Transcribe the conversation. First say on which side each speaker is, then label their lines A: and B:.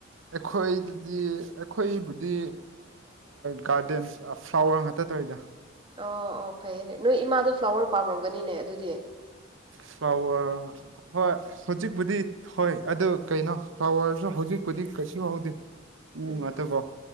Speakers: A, on the right; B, on the right.
A: ꯑꯩꯈꯣꯏ ꯗꯤ ꯑꯩꯈꯣꯏꯕꯨꯗꯤ ꯒꯥꯔꯗꯦꯟ ꯐ꯭ꯂꯥꯋꯔ ꯉꯥꯛꯇ ꯇꯧꯋꯤꯗ
B: ꯑꯣ ꯑꯣ ꯐꯩꯌꯦꯅꯦ ꯅꯣꯏ ꯏꯃꯥꯗꯣ ꯐ꯭ꯂꯥꯋꯔ ꯄꯥꯝꯔꯝꯒꯅꯤꯅꯦ ꯑꯗꯨꯗꯤ
A: <unintelligible> ꯐ꯭ꯂꯥꯋꯔ ꯍꯣꯏ ꯍꯧꯖꯤꯛꯄꯨꯗꯤ ꯍꯣꯏ ꯑꯗꯨ ꯀꯩꯅꯣ ꯐ꯭ꯂꯥꯋꯔꯁꯨ ꯍꯧꯖꯤꯛꯄꯨꯗꯤ ꯀꯁꯤ ꯋꯥꯎꯗ ꯎ
B: ꯎꯝ
A: ꯉꯥꯛꯇꯦꯀꯣ